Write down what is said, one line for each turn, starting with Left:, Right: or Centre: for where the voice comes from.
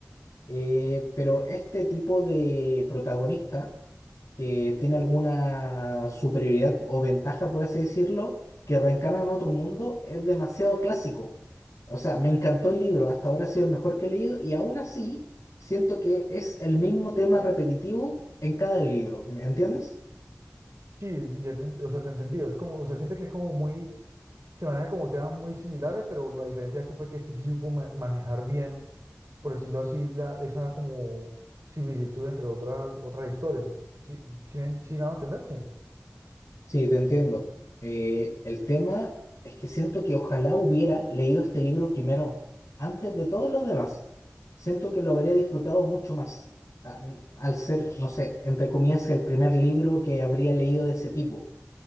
Left: Eh, pero este tipo de protagonista que tiene alguna superioridad o ventaja, por así decirlo, que reencarna en otro mundo, es demasiado clásico. O sea, me encantó el libro, hasta ahora ha sido el mejor que he leído y aún así siento que es el mismo tema repetitivo en cada libro, ¿me entiendes?
Right: Sí, ya te, ent- o sea, te entendí. Es como, o sea, siente que es como muy, se maneja como temas muy similares, pero la diferencia de este fue que este sí supo ma- manejar bien, por decirlo así, la, esa como similitud entre otras, otras historias. ¿Sí, sí, me- sí me hago entender? Sí.
Left: Sí, te entiendo. Eh, el tema es que siento que ojalá hubiera leído este libro primero, antes de todos los demás. Siento que lo habría disfrutado mucho más, a- al ser, no sé, entre comillas, el primer libro que habría leído de ese tipo.